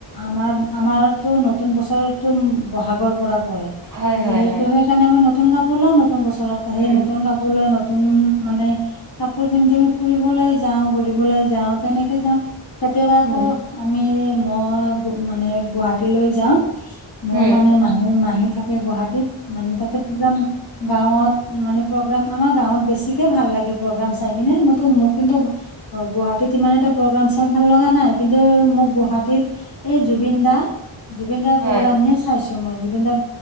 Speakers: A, on the left; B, on the right.
A: আমাৰ আমাৰতো নতুন বছৰ টুন বহাগৰ পৰা পৰে,
B: হয়,
A: যিহেতু
B: হয়, হয়,
A: সেইকাৰণে আমি নতুন কাপোৰ লও নতুন বস্তু চৰত সেই
B: উম,
A: নতুন কাপোৰ লৈ নতুন মানে কাপোৰ পিন্ধি আমি ফুৰিবলৈ যাওঁ ঘূৰিবলৈ যাওঁ তেনেকে যাওঁ কেতিয়াবা আকৌ
B: উম,
A: আমি এ মই মানে গুৱাহাটীলৈ যাও, মোৰ
B: উম,
A: মানে মাহী মাহী থাকে গুৱাহাটী মানে তাতে পূৰা গাঁৱত মানে প্ৰ'গ্ৰাম আমাৰ গাঁৱত বেছিকে ভাল লাগে প্ৰ'গ্ৰাম চাই কিনে মইটো মোক কিন্তু অ গুৱাহাটীত ইমান এটা প্ৰগ্ৰাম চাই ভাল লগা নাই কিন্তু মোক গুৱাহাটীত এই জুবিন দা জুবিনদাৰ প্ৰ'গ্ৰাম
B: হয়,
A: হে চাইছো মই জুবিনদা